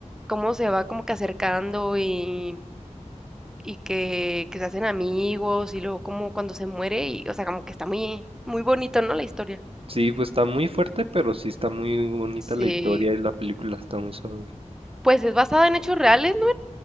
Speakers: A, in the centre; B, on the right (about 50°).
A: cómo se va como que acercando y, y que, que se hacen amigos y luego como cuando se muere y, o sea, como que está muy, muy bonito, ¿no? La historia.
B: sí, pues está muy fuerte, pero sí está muy bonita
A: Sí.
B: la historia y la película está muy suave.
A: Pues es basada en hechos reales, ¿no?